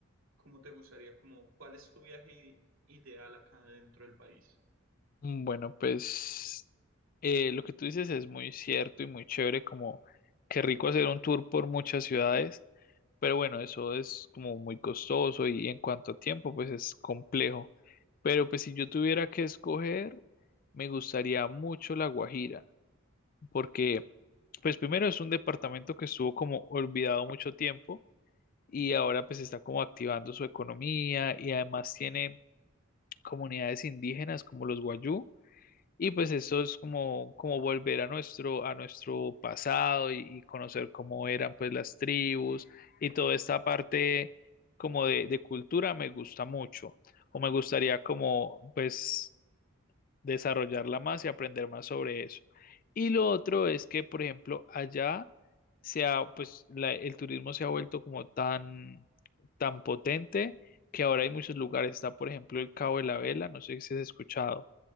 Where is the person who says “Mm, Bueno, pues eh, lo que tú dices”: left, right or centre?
Left